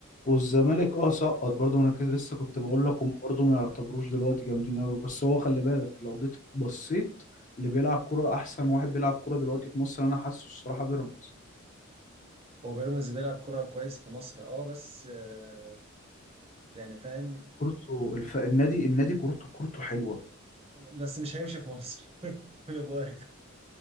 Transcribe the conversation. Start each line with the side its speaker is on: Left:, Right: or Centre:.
Left: والزمالك اه سقط برضه ما انا كده لسه كنت
Right: مم.
Left: بقول لك هم برضه ما يعتبروش دلوقتي جامدين قوي بس هو خلي بالك لو جيت بصيت اللي بيلعب كرة احسن واحد بيلعب كرة دلوقتي في مصر انا حاسه الصراحة بيراميدز
Right: هو بيراميدز بيلعب كرة كويس في مصر اه بس آه، يعني فاهم
Left: كورته الف... النادي النادي كورته كورته حلوة
Right: بس مش هيمشي في مصر <laughs> من ابوك